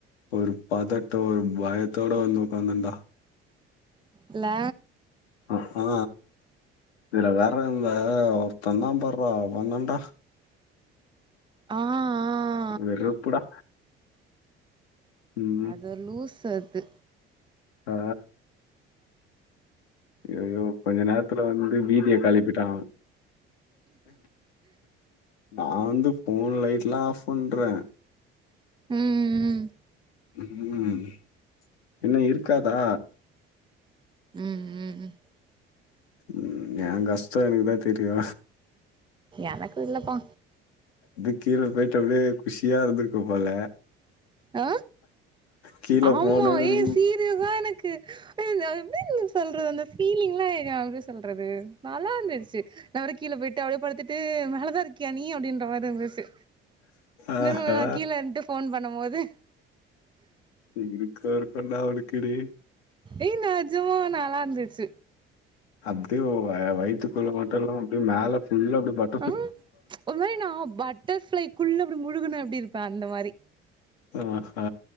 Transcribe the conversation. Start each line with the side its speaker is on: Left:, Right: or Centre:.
Left: ஒரு பதட்ட ஒரு பயத்தோட வந்து ஒக்காந்தண்டா
Right: இல்ல
Left: ஆ ஹா இதுல வேற இந்த ஒருத்த இருந்தா பார்றா அவந்தான்டா
Right: ஆ ஆ
Left: வெறுப்புடா ம்
Right: அது லூசு அது
Left: ஆ ஐயயோ கொஞ்ச நேரத்துல வந்து பீதிய கெளப்பிட்டா நான் வந்து ஃபோன் லைட்லா ஆஃப் பண்றே
Right: ம் ம்
Left: ம் பின்ன இருக்காதா
Right: ம் ம் ம்
Left: ம் எ கஷ்ட எனக்குதா தெரியு
Right: எனக்கு இல்லப்பா
Left: நீ கீழ போயிட்டு அப்டியே குஷியா இருந்திருக்க போல
Right: ஆ
Left: கீழ
Right: ஆமா
Left: போன ஒரு
Right: ஏ சீரியஸ்ஸா எனக் கு ஏ அத எப்டி என்ன சொல்றது அந்த ஃபீலிங்லா எங்க அவரே சொல்றது நல்லா இருந்துச்சு நா வேற கீழ போயிட்டு அப்டியே படுத்துட்டு மேல தா இருக்கியா நீ அப்டின்ற மாரி இருந்துச்சு
Left: ஆஹா
Right: நா கீழ இன்ட்டு ஃபோன் பண்ணும்போது
Left: இருக்கு இருக்கு டா அவனுக்கு டே
Right: ஏ நெஜமா நல்லாந்துச்சு
Left: அப்டியோ வ வய்த்துக்குள்ள மட்டு இல்லாம அப்டே மேல ஃபுல்லா அப்டி ப
Right: ம் ஒரு மாரி நா பட்டர் ஃப்ளைக்குள்ள அப்டே முழுகுனா எப்டி இருப்பே அந்த மாரி
Left: அ ஹ ஆ